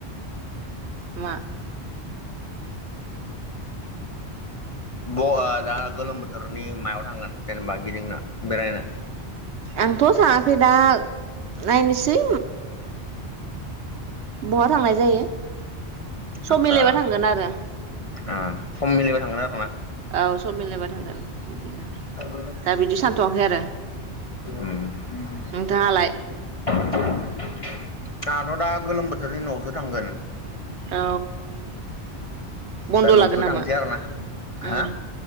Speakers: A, on the right (about 80°); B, on the left (about 45°).
A: मा?
B: ब दा गोलोम बोथोरनि मायाव थांगोन जेनेबा गिदिंनो बेरायनो?
A: आंथ' सानाखै दा नायनोसै। बहा थांनाय जायो सम
B: आदसा
A: मिलायबा थांगोन आरो।
B: ओ सम मिलायबा थांगोन आरो ना?
A: औ सम मिलायबा थांगोन। बिदिनो
B: उम
A: दा बिदि सानथ'वाखै आरो
B: आंहाथ'
A: नोंथाङालाय
B: दा गोलोम बोथोरनि न'आवसो थांगोन
A: औ बन्द'
B: दा न'आवसो
A: लागोन नामा
B: थांसै आरोना हो
A: उम